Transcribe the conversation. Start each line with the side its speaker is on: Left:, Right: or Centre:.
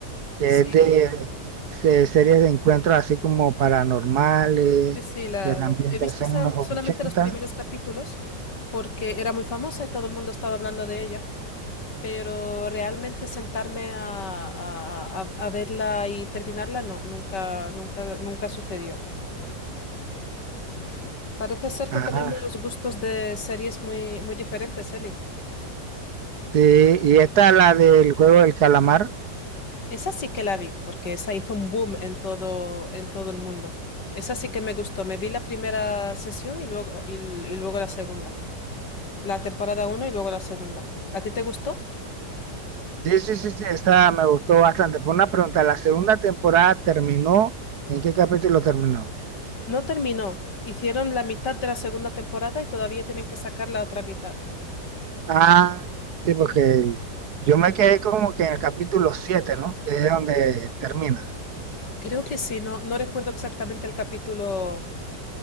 Right: que
Left: Sí,
Right: es de, se- series de encuentros así como paranormales,
Left: sí, sí, la,
Right: de la
Left: la-
Right: ambientación
Left: he visto sol-
Right: en los 80.
Left: solamente los primeros capítulos porque era muy famosa y todo el mundo estaba hablando de ella. pero realmente sentarme a, a- a- a verla y terminarla, no, nunca, nunca, nunca sucedió. Parece ser
Right: Ajá.
Left: que tenemos gustos de series muy, muy diferentes, Eli.
Right: Sí, y esta la del juego del calamar.
Left: Esa sí que la vi, porque esa hizo un boom en todo, en todo el mundo. Esa sí que me gustó. Me vi la primera sesión y luego, y, y luego la segunda. La temporada uno y luego la segunda. ¿A ti te gustó?
Right: Sí, sí, sí, sí, esta me gustó bastante. Por una pregunta, ¿la segunda temporada terminó? ¿En qué capítulo terminó?
Left: No terminó. Hicieron la mitad de la segunda temporada y todavía tienen que sacar la otra mitad.
Right: Ah, sí, porque el- yo me quedé como que en el capítulo 7, ¿no? Que es donde termina.
Left: Creo que sí, no, no recuerdo exactamente el capítulo